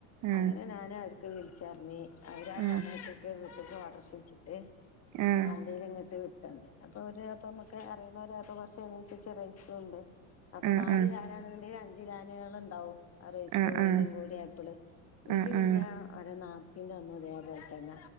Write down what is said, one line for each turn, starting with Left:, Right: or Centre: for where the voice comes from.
Right: ആഹ്
Left: അങ്ങനെ ഞാന് അവർക്ക് വിളിച്ചറഞ്ഞ് അവര് ആ
Right: ആഹ്
Left: സമയത്തൊക്കെ വീട്ടക്ക് ഓട്ടോറിക്ഷ പിടിച്ചിട്ട്
Right: ആഹ്
Left: വണ്ടീയിലങ്ങിട്ട് വിട്ട് തന്ന് അപ്പൊ ഓരു അപ്പ നമുക്ക് അറിയുന്നവരായപ്പോ കുറച്ചു അതിനനുസരിച്ച് റൈസും ഉണ്ട്. അപ്പൊ
Right: ആഹ്
Left: നാല്
Right: ആഹ്
Left: കാനാണെന്നുണ്ടെങ്കിൽ അഞ്ചു കാനുകളുണ്ടാവും. ആ റൈസും
Right: ആഹ് ആഹ് ആഹ്
Left: എല്ലാം കൂടി ആയപ്പള് ഇന്നിട്ടു
Right: ആഹ്
Left: പിന്നെ
Right: ആഹ്
Left: ഓരന പിന്നെ ഒന്നു ഇതേ പോലെ തന്നെ